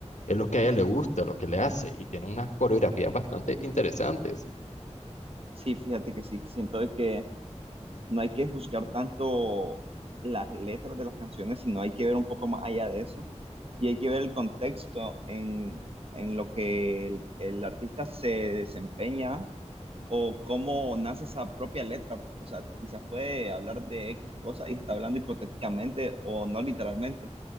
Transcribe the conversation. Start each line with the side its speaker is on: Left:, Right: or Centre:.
Left: es lo que a ella le gusta, lo que le hace y tiene unas coreografías bastante interesantes.
Right: Sí, fíjate que sí, siento de que no hay que juzgar tanto las letras de las canciones, sino hay que ver un poco más allá de eso y hay que ver el contexto en, en lo que el, el artista se desempeña o cómo nace esa propia letra. O sea, quizás puede hablar de X cosa y está hablando hipotéticamente o no literalmente.